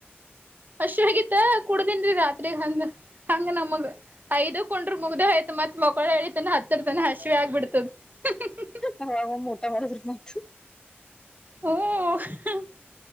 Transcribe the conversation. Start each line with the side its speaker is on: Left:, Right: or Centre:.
Right: ಹಸ ಆಗತ್ತ ಕುಡ್ದನ್ ರಾತ್ರಿ ಹಂಗ ಹಂಗ ನಮಗ ಐದ ಕೊಂಡ್ರ ಮುಗ್ದ ಆಯ್ತ ಮತ್ ಮಕ್ಕಳ ಹೇಳಿತಾನ ಹತ್ತರ ತನ ಹಶವಿ ಆಗ್ಬಿಡ್ತದ <unintelligible>
Left: ಅವಾಗ ಊಟಾ ಮಾಡದ್ರಿ ಮ <unintelligible>
Right: ಓ <unintelligible>